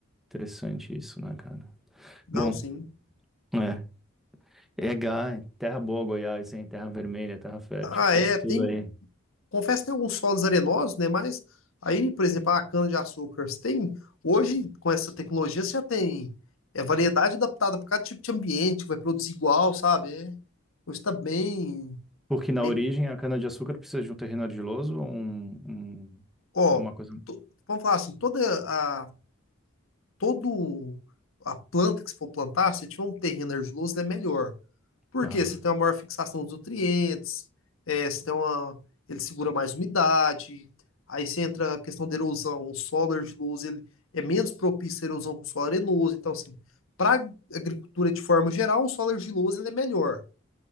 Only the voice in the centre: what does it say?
Interessante isso, né, cara?
Bom,
é. É, Gai, terra boa, Goiás, hein? Terra vermelha, terra fértil,
cresce
tudo
aí.
Porque na
origem a cana-de-açúcar precisa de um terreno argiloso ou um, um-
uma coisa.
Aham,